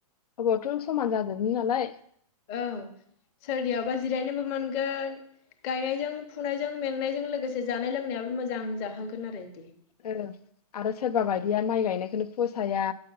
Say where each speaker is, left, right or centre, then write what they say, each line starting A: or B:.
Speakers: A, on the left (about 85°); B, on the left (about 20°).
A: अबावथो समान जाजोबनो दालाय
B: औ सोरनियावबा जिरायनोबो मोनगोन। गायनायजों फुनायजों मेंनायजों लोगोसे जानाय लोंनायाबो मोजां जाहोगोन आरो बिदि।
A: औ आरो सोरबा बायदिया माइ गायनायखौनो फसाया।